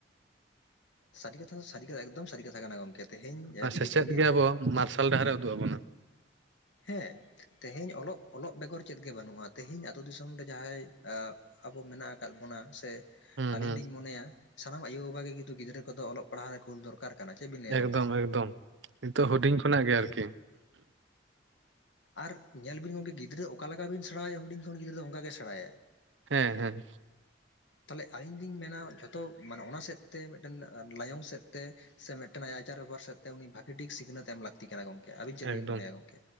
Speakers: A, on the left; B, on the right.
A: ᱥᱟᱹᱨᱤ ᱠᱟᱛᱷᱟ ᱥᱟᱹᱨᱤ ᱠᱟᱛᱷᱟ ᱮᱠᱫᱚᱢ ᱥᱟᱹᱨᱤ ᱠᱟᱛᱷᱟ ᱠᱟᱱᱟ ᱜᱚᱢᱠᱮ ᱛᱮᱦᱤᱧ
B: ᱟᱨ ᱥᱮᱪᱮᱫ
A: ᱡᱩᱫᱤ ᱠᱩᱧᱟᱹᱜ
B: ᱜᱮ ᱟᱵᱚ ᱢᱟᱨᱥᱟᱞ ᱰᱟᱦᱟᱨᱮ ᱩᱫᱩᱜ ᱟᱵᱚᱱᱟ
A: ᱦᱮᱸ ᱛᱮᱦᱤᱧ ᱚᱞᱚᱜ ᱵᱮᱜᱚᱨ ᱪᱮᱫ ᱜᱮ ᱵᱟᱹᱱᱩᱜᱼᱟ ᱛᱮᱦᱤᱧ ᱟᱛᱳ ᱫᱤᱥᱚᱢ ᱨᱮ ᱡᱟᱦᱟᱸᱭ ᱟᱵᱚ ᱢᱮᱱᱟᱜ ᱟᱠᱟᱫ ᱵᱚᱱᱟ ᱥᱮ
B: ᱦᱩᱸ
A: ᱟᱹᱞᱤᱧ
B: ᱦᱩᱸ
A: ᱞᱤᱧ ᱢᱚᱱᱮᱭᱟ ᱥᱟᱱᱟᱢ ᱟᱭᱳᱼᱵᱟᱵᱟ ᱜᱮ ᱠᱤᱱᱛᱩ ᱜᱤᱫᱽᱨᱟᱹ ᱠᱚᱫᱚ ᱚᱞᱚᱜ ᱯᱟᱲᱦᱟᱜ ᱨᱮ ᱠᱩᱞ ᱫᱚᱨᱠᱟᱨ ᱠᱟᱱᱟ ᱪᱮᱫ ᱵᱤᱱ ᱞᱟᱹᱭᱟ
B: ᱮᱠᱫᱚᱢ
A: ᱜᱚᱝᱠᱮ
B: ᱮᱠᱫᱚᱢ ᱱᱤᱛᱚᱜ ᱦᱩᱰᱤᱧ ᱠᱷᱚᱱᱟᱜ ᱜᱮ ᱟᱨᱠᱤ
A: ᱟᱨ ᱧᱮᱞ ᱵᱤᱱ ᱜᱚᱢᱠᱮ ᱜᱤᱫᱽᱨᱟᱹ ᱚᱠᱟ ᱞᱮᱠᱟ ᱵᱤᱱ ᱥᱮᱬᱟᱭᱟ ᱦᱩᱰᱤᱧ ᱠᱷᱚᱱ ᱜᱤᱫᱽᱨᱟᱹ ᱚᱱᱠᱟ ᱜᱮ ᱥᱮᱬᱟᱭᱟ
B: ᱦᱮᱸ ᱦᱮᱸ
A: ᱛᱟᱦᱚᱞᱮ ᱟᱹᱞᱤᱧ ᱫᱩᱧ ᱢᱮᱱᱟ ᱡᱷᱚᱛᱚ ᱢᱟᱱᱮ ᱚᱱᱟ ᱥᱮᱫ ᱛᱮ ᱢᱤᱫᱴᱮᱱ ᱞᱟᱭᱚᱝ ᱥᱮᱫ ᱛᱮ ᱥᱮ ᱢᱤᱫᱴᱮᱱ ᱟᱡᱼᱟᱜ ᱟᱪᱟᱨ ᱵᱮᱵᱚᱦᱟᱨ ᱥᱮᱫ ᱛᱮ ᱩᱱᱤ ᱵᱷᱟᱹᱜᱤ ᱴᱷᱤᱠ ᱥᱤᱠᱷᱱᱟᱹᱛ ᱮᱢ ᱞᱟᱹᱠᱛᱤ ᱠᱟᱱᱟ ᱜᱚᱢᱠᱮ ᱟᱹᱵᱤᱱ ᱪᱮᱫ
B: ᱮᱠᱫᱚᱢ᱾
A: ᱵᱤᱱ ᱢᱚᱱᱮᱭᱟ ᱜᱚᱢᱠᱮ